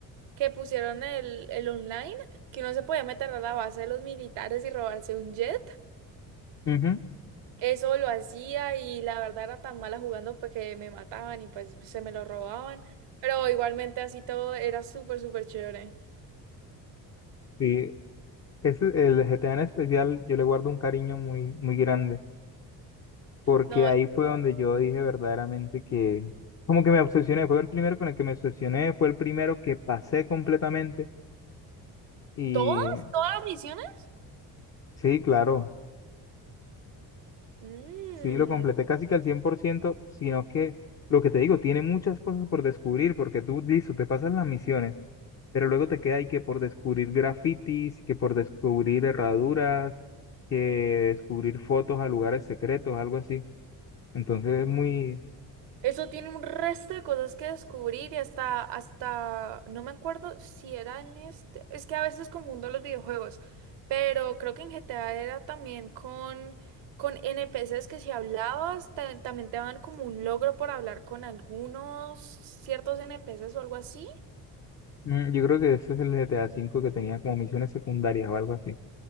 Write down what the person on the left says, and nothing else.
ujú,
sí. Ese, el GTA en especial, yo le guardo un cariño muy, muy grande. porque
ahí fue donde yo dije verdaderamente que como que me obsesioné, fue el primero con el que me obsesioné, fue el primero que pasé completamente y
sí, claro,
sí lo completé casi que al 100% sino que lo que te digo, tiene muchas cosas por descubrir porque tú, listo, te pasas las misiones, pero luego te queda ahí que por descubrir grafitis, que por descubrir herraduras, que descubrir fotos a lugares secretos, algo así. Entonces es muy,
Mm, Yo creo que ese es el GTA cinco que tenía como misiones secundarias o algo así.